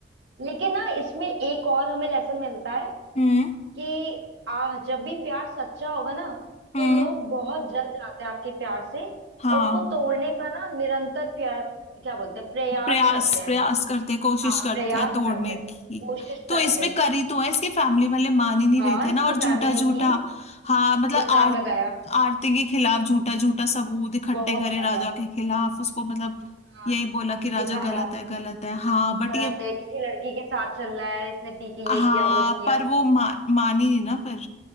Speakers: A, on the right; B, on the left.
A: लेकिन ना इसमें एक और हमें लेसन मिलता है
B: हम्म
A: कि आ जब भी प्यार सच्चा होगा ना
B: हम्म
A: तो लोग बहुत जल जाते हैं आपके प्यार से
B: हाँ
A: और उसको तोड़ने का ना निरंतर प्यार क्या बोलते हैं प्रयास
B: प्रयास
A: करते हैं
B: प्रयास करते हैं कोशिश
A: हाँ
B: करते
A: प्रयास
B: हैं तोड़ने
A: करते हैं
B: की
A: कोशिश
B: तो
A: करते
B: इसमें
A: हैं
B: करी तो है इसकी फैमिली वाले मान ही नहीं
A: हाँ
B: रहे थे
A: इसकी
B: ना और झूठा
A: फैमिली ने
B: झूठा
A: की
B: हाँ मतलब
A: इल्जाम
B: आर
A: लगाया
B: आरती के खिलाफ झूठा झूठा सबूत इकट्ठे
A: बहुत
B: करे
A: ज्यादा
B: राजा के खिलाफ उसको मतलब
A: हाँ
B: यही बोला कि राजा
A: दिखाया
B: गलत है गलत है हाँ बट
A: गलत
B: ये
A: है किसी लड़की के साथ चल रहा है इसने पी के
B: हाँ
A: ये किया वो किया
B: पर वो मा, मान ही नहीं ना फिर